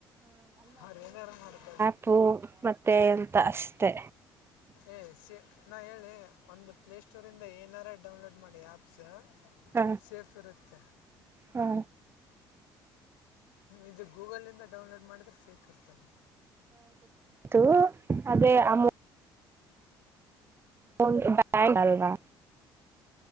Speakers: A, on the left; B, on the right.
A: ಅವ್ರ ಏನ ಯಾರ ಮಾಡತ
B: ಉಪ್ಪೂ ಮತ್ತೆ ಎಂತ ಅಷ್ಟೆ
A: ಏ್ ಸಿ ನಾ ಹೇಳಿ ಒಂದು ಪ್ಲೇ ಸ್ಟೋರ್ ಇಂದ ಏನಾರ ಡೌನ್ಲೋಡ್ ಮಾಡಿ ಆಪ್ಸ್
B: ಹ
A: ಸಫ ರತ
B: ಹ
A: ಇದು ಗೂಗಲ್ ಇಂದ ಡೌನ್ಲೋಡ್ ಮಾಡಿದ್ರೆ ಸಿಕುತ್ತ
B: ತೂ ಅದೇ ಆ ಮು <unintelligible> ಆಲ್ವಾ